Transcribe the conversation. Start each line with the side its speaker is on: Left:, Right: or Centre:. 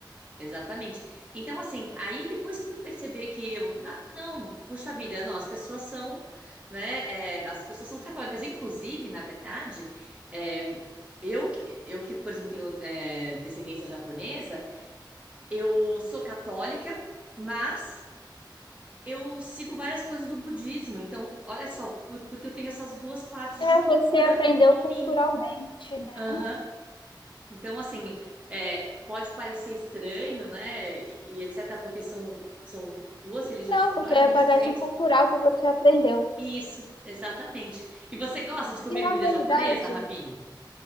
Right: Exatamente. Então, assim, aí depois você foi perceber que eu, ah, não, puxa vida, não, as pessoas são, né, é, as pessoas são católicas. Inclusive, na verdade, é, eu, que- eu que, por exemplo, tenho é, descendência japonesa, eu sou católica, mas eu sigo várias coisas do budismo. Então, olha só, por- porque eu tenho essas duas partes
Left: É,
Right: de cultura
Left: você aprendeu
Right: em
Left: culturalmente,
Right: mim.
Left: né?
Right: Aham. Então, assim, é, pode parecer estranho, né? E etc., porque são, são duas religiões
Left: Não,
Right: completamente
Left: porque é a bagagem
Right: diferentes.
Left: cultural que você aprendeu.
Right: Isso, exatamente. E você gosta de comer
Left: E na
Right: comida
Left: verdade,
Right: japonesa, Ravine?